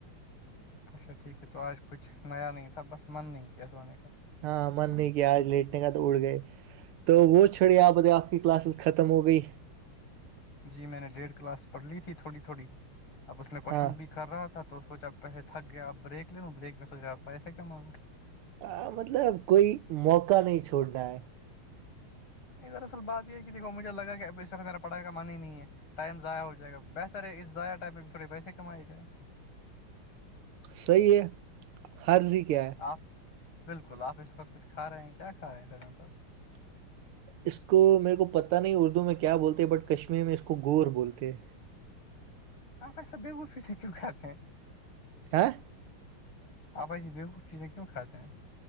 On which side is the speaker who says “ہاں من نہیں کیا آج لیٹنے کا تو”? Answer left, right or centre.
Right